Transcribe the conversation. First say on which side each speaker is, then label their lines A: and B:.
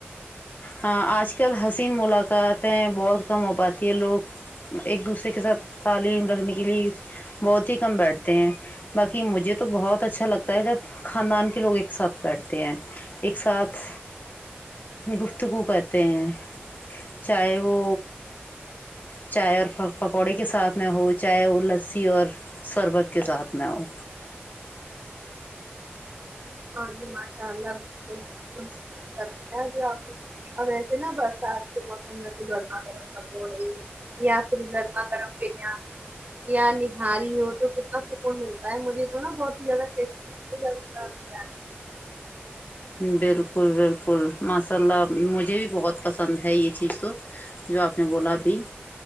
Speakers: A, on the left; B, on the right.
A: ہاں آج کل حسین ملاقاتیں بہت کم ہو پاتی ہے لوگ ایک دوسرے کے ساتھ تعلیم رکھنے کے لیے بہت ہی کم بیٹھتے ہیں باقی مجھے تو بہت اچھا لگتا ہے جب خاندان کے لوگ ایک ساتھ بیٹھتے ہیں ایک ساتھ گفتگو کرتے ہیں چاہے ہو چائے اور پکوڑے کے ساتھ میں ہو چائے اور لسی اور شربت کے ساتھ میں ہو
B: ہاں جی ماشاء اللہ بالکل بالکتے <inaudible> جی آپ اب ویسے نا برسات کے موسم میں تو گرما گرم پکورہ یاتری دھرما کررم بر یانی یا نہاری ہو تو کتنا سکون ملتا ہے مجھے تو نا بہت ہی زیادہ لگتی ہے گرما گرم بریانی۔
A: بالکل بالکل ماشاء اللہ مجھے بھی بہت پسند ہے یہ چیزیں جو آپ نے بولا ابھی